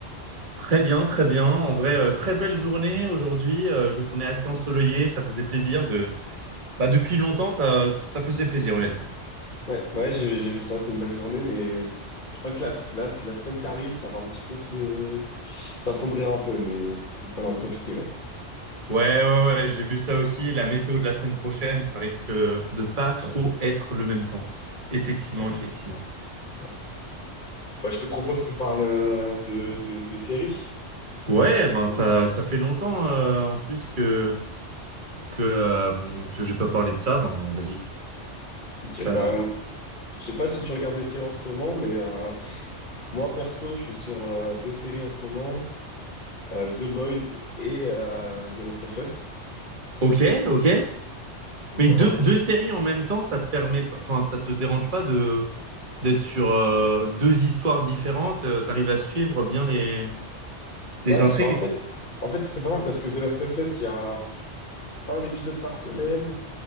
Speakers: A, on the right (about 45°); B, on the left (about 45°).
A: Très bien, très bien. En vrai, euh, très belle journée aujourd'hui, euh, journée assez ensoleillée, ça faisait plaisir de... Bah, depuis longtemps, ça, ça faisait plaisir, honnêtement.
B: Ouais, ouais, j'ai j'ai vu ça, c'était une belle journée, mais je crois que la, la, la semaine qui arrive, ça va un petit peu se... Ça sombrira un peu, mais il va falloir en profiter, ouais.
A: Ouais, ouais, ouais, j'ai vu ça aussi. La météo de la semaine prochaine, ça risque de pas trop être le même temps. Effectivement,
B: Ouais,
A: effectivement.
B: c'est ça. Bah, je te propose qu'on parle euh, de, de, de séries.
A: Ouais,
B: Donc,
A: ben ça,
B: euh,
A: ça fait longtemps euh, en plus que que euh, que j'ai pas parlé de ça. Ben vas-y.
B: ok,
A: Ça.
B: bah, je sais pas si tu regardes des séries en ce moment, mais euh, moi, perso, je suis sur euh, deux séries en ce moment, euh, The Boys et euh, The Last of Us.
A: Ok, ok.
B: Donc,
A: Mais
B: voilà.
A: deux, deux séries en même temps, ça te permet, pas- enfin, ça te dérange pas de d'être sur euh, deux histoires différentes, euh, t'arrives à suivre bien les,
B: Ouais,
A: les intrigues.
B: bah en fait, en fait c'était pas mal parce que The Last of Us, il y a un épisode par semaine.